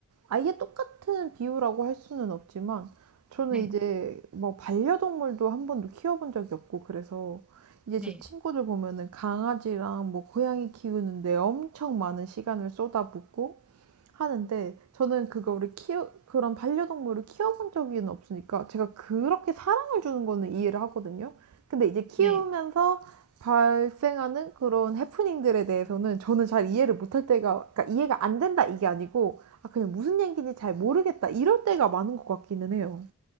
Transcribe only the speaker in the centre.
네,
네,
네.